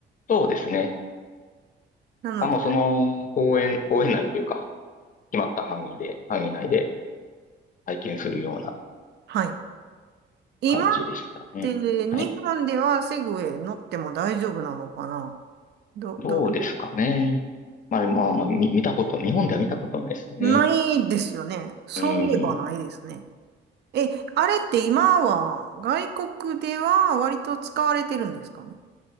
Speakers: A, on the left; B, on the right.
A: そうですね。
B: なので、
A: あ、もうその公園、公園内というか、決まった範囲で、範囲内で体験するような
B: はい。今っ
A: 感じでしたね。
B: て日本ではセグウェイ乗っても大丈夫なのかな
A: はい。
B: ど、
A: どうですかね。
B: ど、
A: まあまあまあ、み見たこと、日本では見たことないですね。
B: ないですよね。そういえばないですね。
A: うん。い
B: え、あれって今は外国では割と使われてるんですかね